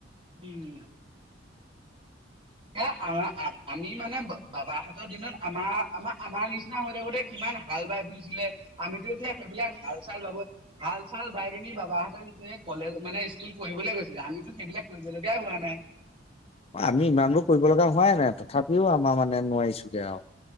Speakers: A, on the right; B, on the left.
A: উম। হে, আমি মানে বাবাহঁতৰ দিনত আমাৰ আমাৰ আমাৰ নিচিনা হৈ থাকোতে কিমান হাল বাই ফুৰিছিলে আমিতো এতিয়া সেইবিলাক হাল চাল হাল চাল বাই পিনী বাবাহঁতে যে কলেজ মানে স্কুল পঢ়িবলৈ গৈছিলে আমিতো সেইবিলাক কৰিবলগাই হোৱা নাই
B: আমি ইমানবোৰ কৰিব লগা হোৱাই নাই, তথাপিও আমাৰ মানে নোৱাৰিছোগে আৰু।